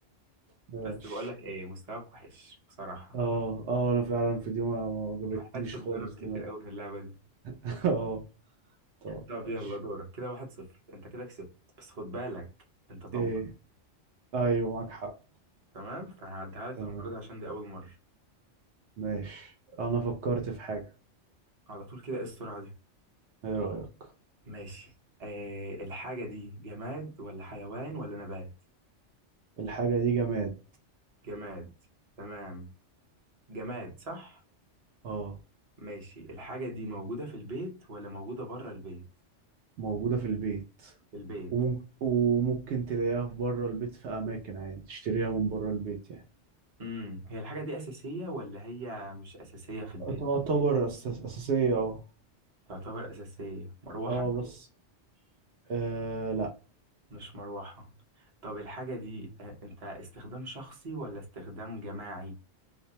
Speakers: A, on the right; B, on the right.
A: ماشي
B: بس بقول لك ايه مستواك وحش بصراحه
A: اه اه انا فعلا في دي ما ما جابتنيش
B: محتاج تتدرب
A: خالص
B: كتير
A: دماغي
B: قوي في اللعبه دي
A: <laughs> اه طب
B: طب
A: ماشي
B: يلا دورك كده واحد صفر انت كده كسبت بس خد بالك انت طورت
A: ايه ايوه معاك حق
B: تمام فهعديها لك
A: تمام
B: المره دي عشان دي اول مره
A: ماشي انا فكرت في حاجة
B: على طول كده ايه السرعه دي
A: ايه رأيك
B: ماشي آه الحاجه دي جماد ولا حيوان ولا نبات
A: الحاجة دي جماد
B: جماد تمام جماد صح
A: اه
B: ماشي الحاجه دي موجوده في البيت ولا موجوده بره البيت
A: موجودة في البيت
B: في البيت
A: وممكن وممكن تلاقيها في بره البيت في اماكن عادي تشتريها من بره البيت يعني
B: امم هي الحاجة دي أساسية ولا هي مش أساسية في البيت؟
A: تعتبر أساس... اساسية اه
B: تعتبر أساسية مروحة؟
A: اه بس آه
B: مش مروحة طب الحاجة دي آه، أنت استخدام شخصي ولا استخدام جماعي؟